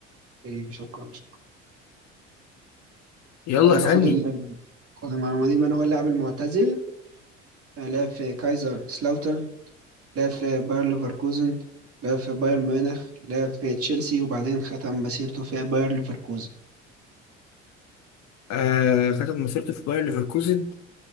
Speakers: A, on the right; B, on the left.
A: طيب شكرا شكرا
B: يلا
A: آه
B: اسألني
A: خد ال... خد المعلومة دي من هو اللاعب المعتزل آه لعب في كايزر سلاوتر لعب في باير ليفركوزن لعب في بايرن ميونخ لعب في تشيلسي وبعدين ختم مسيرته في باير ليفركوزن
B: آه ختم مسيرته في باير ليفركوزن